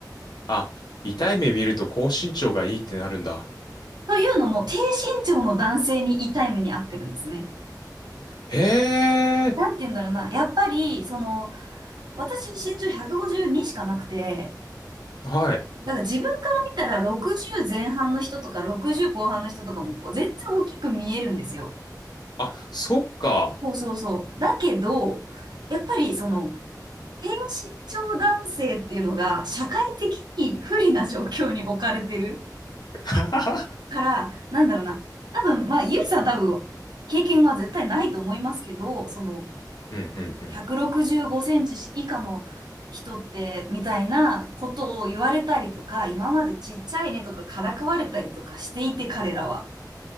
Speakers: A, on the left; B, on the right.
A: あ、痛い目見ると高身長がいいってなるんだ。
B: というのも、低身長の男性に痛い目にあってるんですね。
A: へえ。
B: なんて言うんだろうな、やっぱり、その、私身長152しかなくて、
A: はい。
B: だから自分から見たら60前半の人とか60後半の人とかもこう全然大きく見えるんですよ。
A: あ、そっか。
B: そうそうそう。だけど、やっぱりその、低身長男性っていうのが社会的に不利な状況に置かれてる
A: <laughs>
B: から、なんだろうな。多分、まあ、ゆいさんは多分、経験は絶対ないと思いますけど、その、
A: うんうんうん。
B: なんていうの165センチ以下の人って、みたいなことを言われたりとか、今までちっちゃいねとかからかわれたりとかしていて、彼らは。